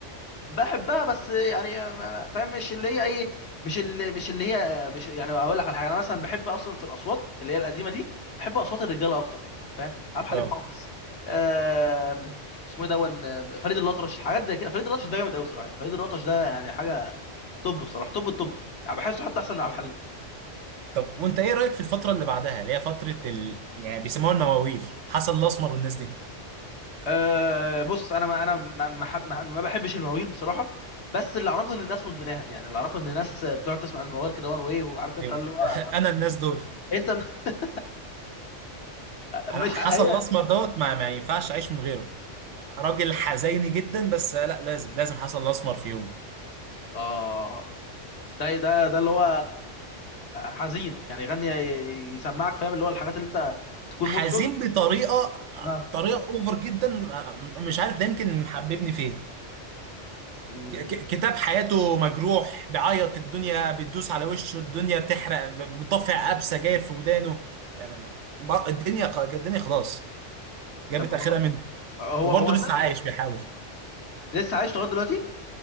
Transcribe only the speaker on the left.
بحبها بس يعني ما- ما- فاهم مش اللي هي ايه مش اللي مش اللي هي مش يعني هقول لك على حاجه انا مثلا بحب اصلا في الاصوات اللي هي القديمه دي بحب اصوات الرجاله اكتر فاهم عبد الحليم
حافظ آم، اسمه ايه دون آم، فريد الأطرش حاجات زي كده فريد الأطرش ده جامد قوي صراحه فريد الأطرش ده يعني حاجه توب بصراحه توب التوب يعني بحسه حتى احسن من عبد الحليم
أه بص انا ما انا ما ما, حب- ما ما بحبش المواويل بصراحه بس اللي اعرفه ان الناس مدمناها يعني اللي اعرفه ان الناس بتقعد تسمع الموال كده وان واي وعارف انت
اللي هو
بعد ما
انت <laughs>
مش
ع- هي
اه ده ده ده اللي هو حزين يعني يغني يسمعك فاهم اللي هو الحاجات اللي انت تكون
مود حزن
اه
مم،
طب والله
هو
هو الناس
لسه عايش لغايه دلوقتي